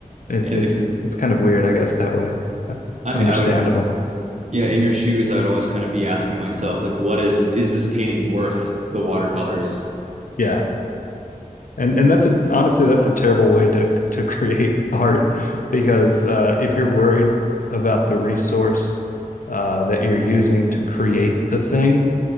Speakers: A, on the left; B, on the right.
A: It,
B: And
A: it's
B: the
A: it's kind of weird, I guess, that way. But
B: I,
A: understandable.
B: I would yeah, in your shoes, I'd always kind of be asking myself, like, what is is this painting worth the watercolors?
A: Yeah. And and that's a honestly that's a terrible way to to <laughs> create art because uh, if you're worried about the resource uh, that you're using to create the thing,